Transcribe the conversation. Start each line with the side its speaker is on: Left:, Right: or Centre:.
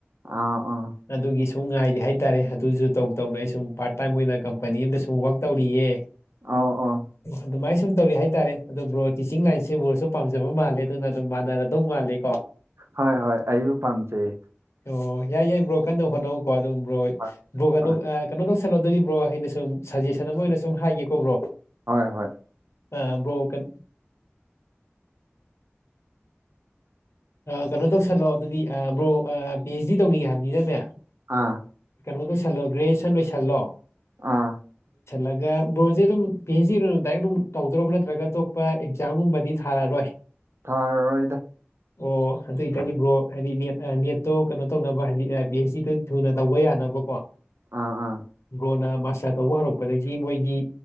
Right: ꯑꯥ ꯑꯥ
Left: ꯑꯗꯨꯒꯤ ꯁꯨꯝ ꯉꯥꯏꯔꯤꯦ ꯍꯥꯏꯇꯥꯔꯦ ꯑꯗꯨꯁꯨ ꯇꯧ ꯇꯧꯅ ꯑꯩ ꯁꯨꯝ ꯄꯥꯔꯠ ꯇꯥꯏꯝ ꯑꯣꯏꯅ ꯀꯝꯄꯅꯤ ꯑꯗ ꯁꯨꯝ ꯋꯛ ꯇꯧꯔꯤꯌꯦ
Right: ꯑꯣ ꯑꯣ
Left: ꯑꯗꯨꯃꯥꯏꯅ ꯁꯨꯝ ꯇꯧꯔꯤ ꯍꯥꯏꯇꯥꯔꯦ ꯑꯗꯨꯣ ꯕ꯭ꯔꯣ ꯇꯤꯆꯤꯡ ꯂꯥꯏꯟꯁꯦ ꯭ꯔꯣꯁꯨ ꯄꯥꯝꯖꯕ ꯃꯥꯜꯂꯦ ꯑꯗꯨꯅ ꯑꯗꯨꯝ ꯃꯥꯟꯅꯔ ꯑꯗꯨꯧ ꯃꯥꯜꯂꯤ ꯀꯣ
Right: ꯍꯣꯏ ꯍꯣꯏ ꯑꯩꯁꯨ ꯄꯥꯝꯖꯩ
Left: ꯑꯣ ꯌꯥꯏ ꯌꯥꯏ ꯕ꯭ꯔꯣ ꯀꯟꯅ ꯍꯣꯠꯅꯧꯀꯣ ꯑꯗꯨꯝ ꯕ꯭ꯔꯣꯕ꯭ꯔꯣ
Right: ꯍꯣꯏ
Left: ꯀꯩꯅꯣ
Right: ꯍꯣꯏ
Left: ꯀꯩꯅꯣ ꯇꯧꯁꯜꯂꯣꯗꯣꯔꯤꯕ꯭ꯔꯣ ꯑꯩꯅ ꯁꯨꯝꯖꯦꯁ ꯑꯃ ꯑꯣꯏꯅ ꯁꯨꯝ ꯍꯥꯏꯒꯦ ꯀꯣꯕ꯭ꯔꯣ
Right: ꯍꯣꯏ ꯍꯣꯏ
Left: ꯑ ꯕ꯭ꯔꯣꯀꯟ ꯀꯩꯅꯣ ꯇꯧꯁꯜꯂꯣ ꯑꯗꯨꯗꯤ ꯕ꯭ꯔꯣ ꯄꯤ ꯑꯩꯆ ꯗꯤ ꯇꯧꯅꯤꯡꯉꯦ ꯍꯥꯏꯕꯅꯤꯅꯅꯦ
Right: ꯑꯥ
Left: ꯀꯩꯅꯣ ꯂꯣꯏꯁꯜꯂꯣ ꯒ꯭ꯔꯦꯖꯨꯦꯁꯟ ꯂꯣꯏꯁꯜꯂꯣ
Right: ꯑꯥ
Left: ꯜꯂꯒ ꯕ꯭ꯔꯣꯁꯦ ꯑꯗꯨꯝ ꯄꯤ ꯑꯩꯩꯆ ꯗꯤꯗ ꯗꯥꯏ ꯑꯗꯨꯝ ꯇꯧꯗ꯭ꯔꯕ ꯅꯠꯇ꯭ꯔꯒ ꯑꯇꯣꯞꯄ ꯑꯦꯛꯖꯥꯝꯒꯨꯝꯕꯗꯤ ꯊꯥꯔꯔꯣꯏ
Right: ꯊꯥꯔꯔꯣꯏꯗ
Left: ꯑꯣ ꯑꯗꯨꯏꯇꯥꯕ꯭ꯔꯣ ꯍꯥꯏꯗꯤ ꯅꯦꯠ ꯅꯦꯠꯇꯣ ꯀꯩꯅꯣ ꯇꯧꯅꯕ ꯍꯥꯏꯗꯤ ꯄꯤ ꯑꯩꯆ ꯗꯤꯗ ꯊꯨꯅ ꯇꯧꯕ ꯌꯥꯅꯕ ꯀꯣ
Right: ꯑꯥ ꯑꯥ
Left: ꯕ꯭ꯔ‌ꯣꯅ ꯃꯥꯁꯇꯔ ꯇꯧꯕ ꯍꯧꯔꯛꯄꯗꯒꯤ ꯃꯣꯏꯒꯤ